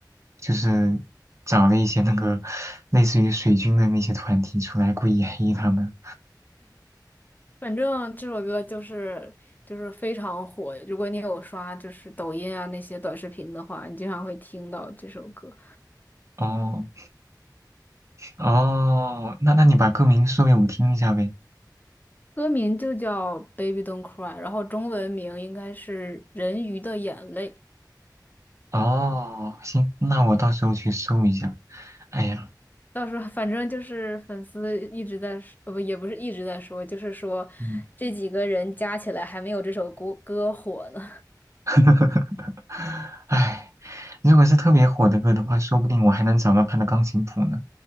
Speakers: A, on the right; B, on the left.
A: 就是找了一些那个类似于水军的那些团体出来故意黑他们？
B: 反正这首歌就是就是非常火。如果你有刷就是抖音啊那些短视频的话，你经常会听到这首歌。
A: 哦，哦，那那你把歌名说给我听一下呗。
B: 歌名就叫《Baby Don't Cry》，然后中文名应该是《人鱼的眼泪》。
A: 哦，行，那我到时候去搜一下。哎呀，
B: 到时候反正就是粉丝一直在说，呃不也不是一直在说，就是说这几个人加起来还没有这首歌歌火呢。
A: 嗯，<laughs> 哎，如果是特别火的歌的话，说不定我还能找到他的钢琴谱呢。